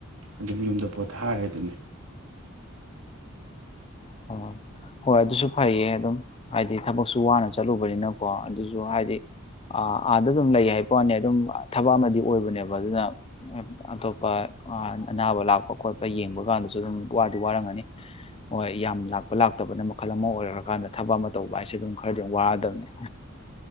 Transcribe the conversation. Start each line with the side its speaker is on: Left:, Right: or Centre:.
Right: ꯑꯗꯨꯝ ꯌꯨꯝꯗ ꯄꯣꯊꯥꯔꯦ ꯑꯗꯨꯅꯤ
Left: ꯑꯣ ꯍꯣꯏ ꯑꯗꯨꯁꯨ ꯐꯩꯌꯦ ꯑꯗꯨꯝ ꯍꯥꯏꯗꯤ ꯊꯕꯛꯁꯨ ꯋꯥꯅ ꯆꯠꯂꯨꯕꯅꯤꯅꯀꯣ ꯑꯗꯨꯁꯨ ꯍꯥꯏꯗꯤ ꯑꯥꯗ ꯑꯗꯨꯝ ꯂꯩ ꯍꯥꯏ ꯕ ꯋꯥꯅꯦ ꯑꯗꯨꯝ ꯊꯕꯛ ꯑꯃꯗꯤ ꯑꯣꯏꯕꯅꯦꯕ ꯑꯗꯨꯅ ꯑꯇꯣꯞꯄ ꯑꯅꯥꯕ ꯂꯥꯛꯄ ꯈꯣꯠꯄ ꯌꯦꯡꯕ ꯀꯥꯟꯗꯁꯨ ꯑꯗꯨꯝ ꯋꯥꯠ ꯑꯗꯨ ꯋꯥꯔꯝꯒꯅꯤ ꯍꯣꯏ ꯌꯥꯝ ꯂꯥꯛꯄ ꯂꯥꯛꯇꯕꯅ ꯃꯈꯜ ꯑꯃ ꯑꯣꯏꯔꯀꯥꯟꯗ ꯊꯕꯛ ꯑꯃ ꯇꯧꯕ ꯍꯥꯏꯁꯦ ꯑꯗꯨꯝ ꯈꯔꯗꯤ ꯋꯥꯗꯕꯅꯦ